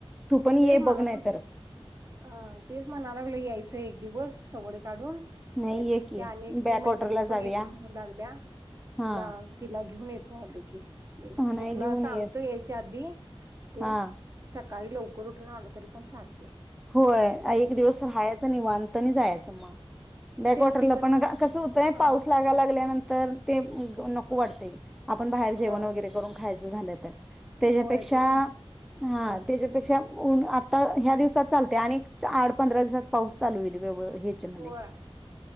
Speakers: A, in the centre; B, on the right (about 25°).
A: तू पण ये
B: तेच मला
A: बघ नाही
B: पण
A: तर.
B: अ तेच म्हणायला लागलोय यायचं ते एक दिवस सवड काढून
A: नाही
B: त्या
A: ये की
B: आणि एकटी
A: बॅकवॉटरला
B: मैत्रीण
A: जाऊया
B: पण येतो म्हणू लागल्या
A: हा
B: तिला, तिला घेऊन येत झालं की.
A: हा
B: मी
A: नाही
B: तुला
A: घेऊन
B: सांगतो
A: ये
B: यायच्या आधी तेन
A: हा
B: स सकाळी लवकर उठून आलं तरी पण चालतय
A: होय एक दिवस राहायचं निवांत नाही जायचं मग बॅकवॉटरला
B: तेच ती
A: पण
B: म्हणालती
A: कसं होतंय
B: हा
A: पाऊस लागायला लागल्यानंतर ते नको
B: हा
A: वाटतयं
B: होय
A: जेवण वैगेरे करून खायचं झालं तर तेच्यापेक्षा
B: होय ते पण
A: हा
B: हम्म
A: तेच्यापेक्षा ऊन आता ह्या दिवसात चालतंय आणि एक चा आठ पंधरा दिवसात पाऊसचालू होईल ग व <unintelligible>
B: होय